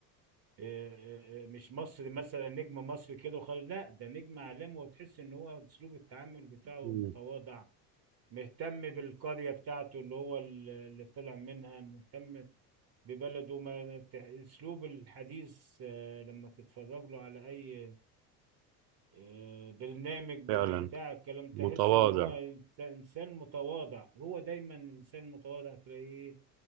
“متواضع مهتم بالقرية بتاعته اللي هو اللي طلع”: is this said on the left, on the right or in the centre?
Right